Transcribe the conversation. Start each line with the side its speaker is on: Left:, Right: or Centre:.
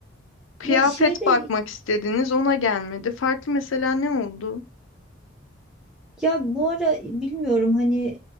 Left: Kıyafet
Centre: ya şeyde
Left: bakmak istediniz ona gelmedi. Farklı mesela ne oldu?
Centre: Ya bu ara bilmiyorum hani